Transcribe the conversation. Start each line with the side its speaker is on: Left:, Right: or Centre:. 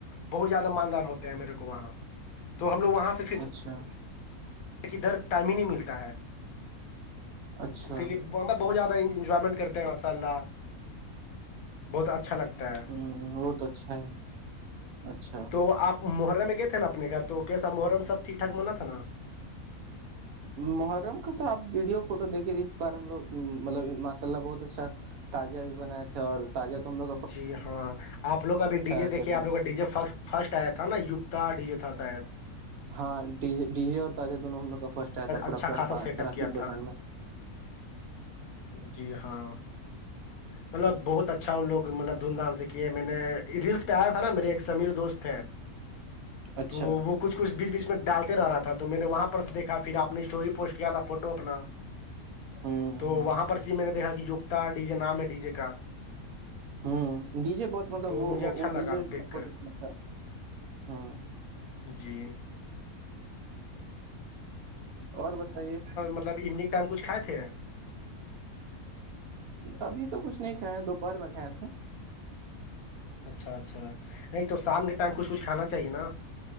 Left: بہت زیادہ ماندان ہوتے ہیں میرے کو وہاں تو ہم لوگ وہاں سے
Right: اچھا
Left: دھر تائم نہیں ملتا ہے
Right: اچھا
Left: اسی لیے ہم بہت زیادہ انجوائمنٹ کرتے ہیں ماشاء اللہ بہت اچھا اچھا لگتا ہے
Right: ہ وہ تو اچھا ہے اچھا
Left: تو آپ محرم میں گئے تھ نا اپنے گھر تو کیسا محرم سبٹھیک ٹھ م ہونا تھا نا
Right: محرم کا تو آپ ویڈیو فوٹو دیکھیے اس بار ہم لوگ مطلب ماشاء اللہ بہت اچھا تازیا بھی بنائے تھے اور تج تم لگ
Left: جی ہاں آپ لوگ ابھی ڈی جے
Right: رکھے
Left: دیکھیے آپ
Right: تھے
Left: لوگ کا ڈی جے فرسٹ آیا تھا نا گتا ڈیجے تھا شاید
Right: ہاں ڈی ڈی جے اور تازہ دونوں ہم لوگ کا فسٹ آیا تھا پورا
Left: اچھا خاصا سیٹ
Right: طر
Left: اپ کیا
Right: پرکڈ
Left: تھا
Right: میں
Left: جی ہاں مطلب بہت اچھا ان لوگ مطلب دھوم دھام سے کیے میں نے ریلس پہ آیا تھا نا میرے ایک سمیر دوست تھ
Right: اچھا
Left: تو وہ کچھ کچھ بیچ بیچ میں ڈالتے رہا تھا تو میں نے وہاں پر سے دیکھا پھر آپ نے اسٹوری پوسٹ کیا تھا فوٹو اپنا
Right: ہ
Left: تو
Right: ہ
Left: وہاں پر سے میں نے دیکھا کہ کتا ڈی جے نام ہے ڈی جے کا
Right: ہ ڈی جے بہت مطلب
Left: تو
Right: وہ
Left: مجھے اچھا
Right: وہ
Left: لگا
Right: ڈی جے
Left: دیکھ
Right: بہت
Left: کر
Right: اچھا ل تھا
Left: جی
Right: اور بتائیے
Left: مطلب ایونگ ٹائم کچھائے تھے
Right: ابھی تو کچھ نہیں کھاائے ہیں دوپہر میں کھائے تھے
Left: اچھا اچھا نہیں تو شام کے ٹائم کچھ کچھ کھانا چاہیے نا